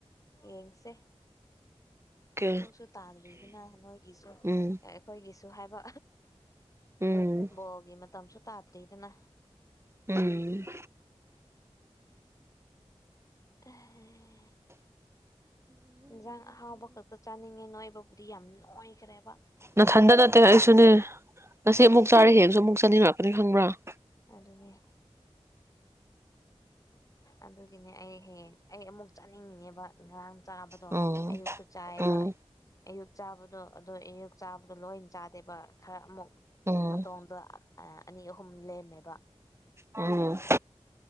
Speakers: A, on the left; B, on the right.
A: ꯌꯦꯡꯁꯦ
B: ꯀꯦ
A: ꯄꯨꯡꯁꯨ ꯇꯥꯗ꯭ꯔꯤꯗꯅ ꯅꯣꯏꯒꯤꯁꯨ
B: ꯎꯝ
A: ꯑꯩꯈꯣꯏꯒꯤꯁꯨ ꯑꯗꯨ ꯍꯥꯏꯕ
B: ꯎꯝ
A: ꯕꯜꯣꯒꯤ ꯃꯇꯥꯡ ꯃꯇꯝꯁꯨ ꯇꯥꯗ꯭ꯔꯤꯗꯅ
B: ꯎꯝ ꯎ
A: ꯑꯦꯍ‌ꯦ ꯏꯟꯁꯥꯡ ꯑꯍꯥꯎꯕ ꯈꯛꯇ ꯆꯥꯅꯤꯡꯉꯦ ꯅꯣꯏꯕꯨ ꯕꯨꯗꯤ ꯌꯥꯝ ꯅ‌ꯣꯏꯈ꯭ꯔꯦꯕ
B: ꯅꯊꯟꯗꯥꯗ ꯇꯜꯂꯛꯑꯁꯨꯅ‌ꯦ ꯉꯁꯤ ꯑꯃꯨꯛ
A: ꯑꯁ
B: ꯆꯥꯔꯦ
A: ꯀꯗꯥꯏꯗꯒꯤ
B: ꯍꯦꯡꯁꯨ ꯑꯃꯨꯛ ꯆꯥꯅꯤꯡꯉꯛꯀꯅꯤ ꯈꯪꯕ꯭ꯔꯥ ꯑꯣ
A: ꯑꯗꯨꯅꯦ ꯑꯗꯨꯒꯤꯅꯦ ꯑꯩ ꯍꯌ‌ꯦꯡ ꯑꯩ ꯑꯃꯨꯛ ꯆꯥꯅꯤꯡ ꯅꯤꯡꯉꯤꯅꯦꯕ ꯉꯔꯥꯡ ꯆꯥꯕꯗꯣ
B: ꯎꯝ
A: ꯑꯌꯨꯛꯁꯨ ꯆꯥꯏꯌ‌ꯦꯕ
B: ꯎꯝ
A: ꯑꯌꯨꯛ ꯆꯥꯕ ꯗꯣ ꯑꯗꯨ ꯑꯌꯨꯛ ꯆꯥꯕꯗꯣ ꯂꯣꯏꯅ ꯆꯥꯗ‌ꯦꯕ ꯈꯔ ꯑꯃꯨꯛ
B: ꯎꯝ
A: ꯃꯗ‌ꯣꯝꯗ ꯑꯅꯤ ꯑꯍꯨꯝ ꯂꯦꯝꯃꯦꯕ
B: ꯎꯡ